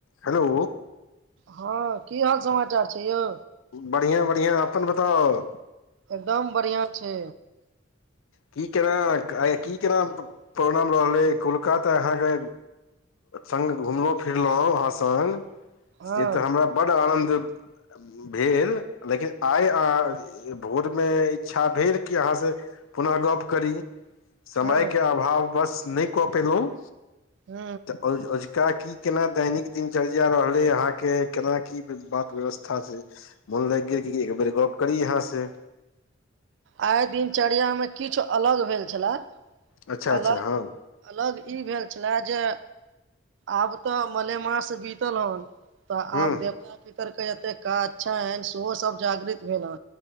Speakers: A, on the left; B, on the right.
A: Hello
B: हँ की हाल समाचार छै यो
A: बढ़िआं बढ़िआं अपन बताउ
B: एकदम बढ़ियां छै
A: की केना आ की केना प्रोणाम रहलै कोलकाता अहाँके। संग घुमलहुँ फिरलहुँ अहाँ संग
B: हँ
A: जे तऽ हमरा बड्ड आनन्द भेल लेकिन आइ अ भोरमे इच्छा भेल कि अहाँसँ। पुनः गप्प करी समयके
B: हँ
A: अभाव बस नहि कऽ पयलहुँ
B: हू
A: तऽ अजुका की केना दैनिक दिनचर्या रहलै अहाँके केना की बात व्यवस्था छै ते मोन लागि गेल कि एक बेेर गप करी अहाँ से
B: आइ दिनचर्यामे किछु अलग भेल छलए
A: अच्छा अच्छा
B: अलग
A: हँ
B: अलग ई भेल छले जे आब तऽ मलेमास बीतल हन तऽ
A: हूँ
B: आब देवता पितरके एतेक का छैन सेहो सभ जागृत भेल ह